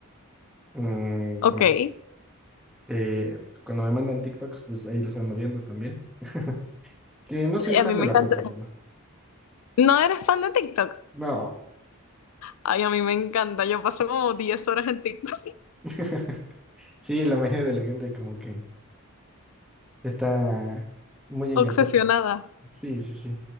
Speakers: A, in the centre; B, on the left.
A: Mm,
B: ok.
A: ¿qué más?
B: Y
A: Eh, cuando me mandan TikToks, pues ahí los ando viendo también. <laughs> Que no soy fan
B: a mí me
A: de la
B: encanta.
A: plataforma.
B: ¿No eres fan de TikTok?
A: No.
B: Ay, a mí me encanta. Yo paso como diez horas en TikTok.
A: <laughs> Sí, la mayoría de la gente como que está
B: <laughs>
A: muy enganchada.
B: Obsesionada.
A: Sí, sí, sí.